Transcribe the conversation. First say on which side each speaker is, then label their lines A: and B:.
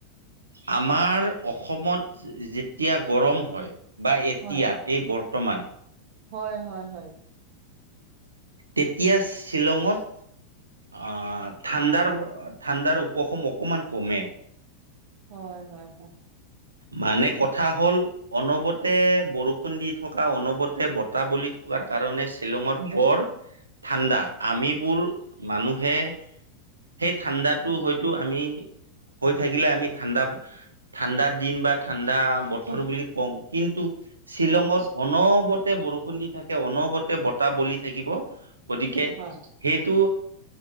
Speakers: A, on the right; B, on the right.
A: আমাৰ অসমত যেতিয়া গৰম হয়, বা এতিয়া
B: হয়
A: এই বৰ বৰ্তমান
B: হয় হয় হয়।
A: তেতিয়া শ্বিলঙত আহ ঠাণ্ডাৰ -ঠাণ্ডাৰ উপশম অকমান কমে
B: হয় হয় হয়।
A: মানে কথা হ'ল অনবতে বৰষুণ দি থকা অনবতে বতাহ বলি থকা কাৰণে শ্বিলঙত বৰ ঠাণ্ডা আমিবোৰ মানুহে সেই ঠাণ্ডাটো
B: হয়
A: হয়তো আমি হৈ থাকিলে আমি ঠাণ্ডা ঠাণ্ডা দিন বা ঠাণ্ডা বতৰ বুলি কওঁ কিন্তু শ্বিলঙত
B: হয়
A: অনবত বৰষুণ দি থাকে অনবতে বতাহ বলি থাকিব গতিকে
B: হয়
A: সেইটো